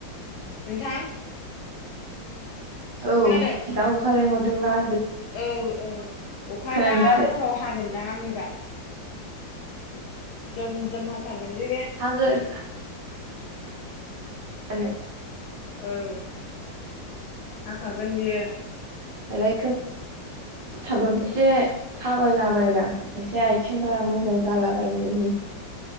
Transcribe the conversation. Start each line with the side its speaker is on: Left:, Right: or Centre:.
Left: नोंथां
Right: औ
Left: खोनादों
Right: दाउ अखा लेंहरदों ना
Left: औ औ अखा
Right: खोनादों
Left: दा हराव हागोनदां आंनिबा जम जम हाथारगोन‌ लै बे
Right: आरो हागोन हानायालाय
Left: औ हाखागोन बियो
Right: बेलाय थाब एसे थाबायलाबायदां
Left: औ
Right: एसे आ सेंग्रा मोजां जालाबायनायनि